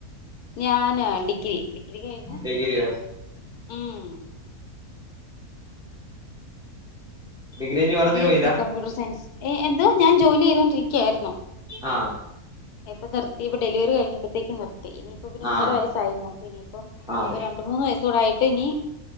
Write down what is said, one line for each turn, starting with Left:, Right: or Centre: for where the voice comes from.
Left: ഞാനാ ഡിഗ്രി ഡിഗ്രി കഴിഞ്ഞു
Centre: ഡിഗ്രിയോ
Left: ഉം
Centre: ഡിഗ്രി കഴിഞ്ഞ് വേറെന്നിനും
Left: ബി എസ്
Centre: പോയില്ല
Left: സി കമ്പ്യൂട്ടർ സയൻസ്. ഏഹ് എന്തൊ ഞാൻ ജോലി ചെയ്തൊണ്ടിരിക്കയാരുന്നു.
Centre: ആ
Left: ഇപ്പൊ നിർത്തിപ്പ ഡെലിവറി കഴിഞ്ഞപ്പത്തേക്ക് നിർത്തി. ഇനിയിപ്പ പിന്നെ ഒന്നര
Centre: ആഹ്
Left: വയസ്സായി മോക്ക്. ഇനിയിപ്പം
Centre: ആഹ്
Left: ഒരു രണ്ട് മൂന്ന് വയസ്സ് കൂടെയായിട്ട് ട്ടിനി